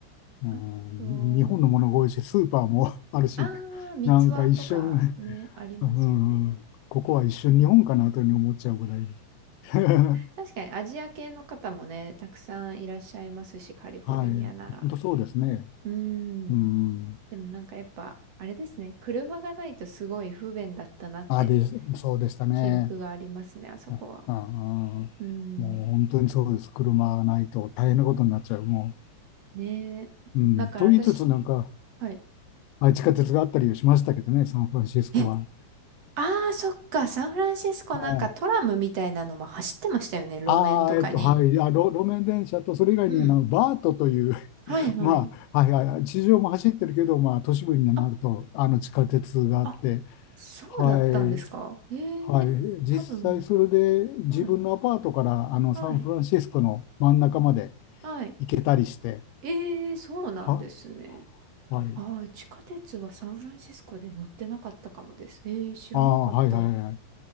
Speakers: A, on the left; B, on the right.
A: うん、
B: あと、
A: 日本のものが多いし、スーパーも <laughs> あるし、
B: あー、三ツ輪とかね、
A: なんか一瞬、
B: ありますよね。
A: うん、ここは一瞬日本かなというふうに思っちゃうぐらいで。<laughs>
B: 確かにアジア系の方もね、たくさんいらっしゃいますし、カリフォルニアなら。
A: はい、本当そうですね。
B: うー
A: うん、
B: ん。でもなんかやっぱ、あれですね、車がないとすごい不便だったなって
A: あ、で、そうでしたね。
B: 記憶がありますね、あそこは。
A: あ、あ、も
B: うん。
A: う本当にそうです。車がないと大変なことになっちゃう。もう
B: ねえ。
A: うん、
B: だから私、
A: と言いつつ、なんか、
B: はい。
A: あ、地下鉄があったりしましたけどね、サンフランシスコは。
B: <laughs> え、ああ、そっか、サンフランシスコなんかトラムみたいなのも走ってましたよね、
A: はい、
B: 路面とかに。
A: あー、えっと、はい、あ、路、路面電車と、それ以外にあの、
B: うん。
A: バートという、
B: はいはい。
A: <laughs> まあ、はいはいはい、地上も走ってるけど、まあ、都市部になると、
B: あ、
A: あの、地下鉄があって、
B: あ、そうだったんですかええ多分。
A: はい、はい、実際それで自分のアパートから、
B: はい、
A: あの、
B: はい、
A: サンフランシスコの真ん中まで
B: はい。
A: 行けたりして、
B: ええそうなんですね。
A: は、はい、
B: ああ、地下鉄はサンフランシスコで乗ってなかったかもです。ええ知らなかった。
A: あー、はいはいはい、